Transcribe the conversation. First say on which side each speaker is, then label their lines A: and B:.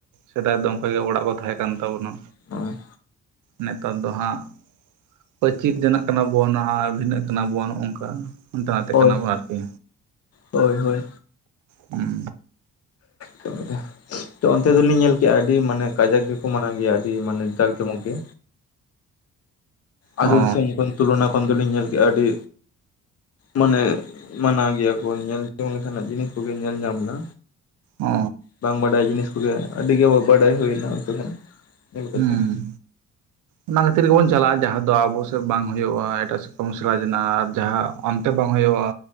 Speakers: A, on the right; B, on the left.
A: ᱥᱮᱫᱟᱭ ᱫᱚ ᱚᱱᱠᱟ ᱜᱮ ᱚᱲᱟᱜ ᱠᱚ ᱛᱟᱦᱮᱸ ᱠᱟᱱᱟ᱾ ᱠᱟᱱ ᱛᱟᱵᱚᱱᱟ᱾
B: ᱦᱳᱭ,
A: ᱱᱮᱛᱟᱨ ᱫᱚ ᱦᱟᱸᱜ ᱯᱟᱹᱪᱤᱨ ᱡᱚᱱᱟᱜ ᱠᱟᱱᱟ ᱵᱚᱱ, ᱦᱟᱸᱜ ᱵᱷᱤᱱᱟᱹᱜ ᱠᱟᱱᱟ ᱵᱚᱱ ᱚᱝᱠᱟ ᱦᱟᱱᱛᱮ ᱱᱟᱛᱮᱜ
B: ᱦᱳᱭ
A: ᱠᱟᱱᱟ ᱵᱚᱱ ᱟᱨᱠᱤ᱾
B: ᱦᱳᱭ ᱦᱳᱭ
A: ᱦᱩᱸ,
B: ᱛ <unintelligible> <unintelligible> ᱛᱚ ᱚᱱᱛᱮ ᱫᱚᱞᱤᱧ ᱧᱮᱞ ᱠᱮᱜᱼᱟ, ᱟᱹᱰᱤ ᱢᱟᱱᱮ ᱠᱟᱡᱟᱠ ᱜᱮᱠᱚ ᱢᱟᱱᱟᱣ ᱜᱮᱭᱟ, ᱟᱹᱰᱤ ᱢᱟᱱᱮ ᱡᱟᱠ ᱡᱚᱢᱚᱠ ᱜᱮ᱾ ᱟᱹᱛᱳ
A: ᱚ
B: ᱫᱤᱥᱚᱢ ᱠᱷᱚᱱ, ᱛᱩᱞᱚᱱᱟ ᱠᱷᱚᱱ ᱫᱚᱞᱤᱧ ᱧᱮᱞ ᱠᱮᱜᱼᱟ ᱟᱹᱰᱤ ᱢᱟᱱᱮ ᱢᱟᱱᱟᱣ ᱜᱮᱭᱟ ᱠᱚ, ᱧᱮᱞ ᱡᱚᱝ ᱞᱮᱠᱟᱱᱟᱜ ᱡᱤᱱᱤᱥ ᱠᱚᱜᱮ ᱧᱮᱞ ᱧᱟᱢ ᱱᱟ᱾
A: ᱚ
B: ᱵᱟᱝ ᱵᱟᱰᱟᱭ ᱡᱤᱱᱤᱥ ᱠᱚᱜᱮ, ᱟᱹᱰᱤᱜᱮ ᱵᱟᱰᱟᱭ ᱦᱳᱭᱱᱟ ᱚᱱᱛᱮ ᱠᱷᱚᱱ᱾ ᱧᱮᱞ ᱠᱟᱛᱮᱫ
A: ᱦᱩᱸ, ᱚᱱᱟ ᱠᱷᱟᱹᱛᱤᱨ ᱜᱮᱵᱚᱱ ᱪᱟᱞᱟᱜᱼᱟ, ᱡᱟᱦᱟᱸ ᱫᱚ ᱟᱵᱚ ᱥᱮᱫ ᱵᱟᱝ ᱦᱳᱭᱳᱜᱼᱟ, ᱮᱴᱟᱜ ᱥᱮᱫ ᱠᱷᱚᱱ ᱵᱚᱱ ᱥᱮᱬᱟᱡᱚᱱᱟ ᱟᱨ ᱡᱟᱦᱟᱸ ᱚᱱᱛᱮ ᱵᱟᱝ ᱦᱳᱭᱳᱜᱼᱟ,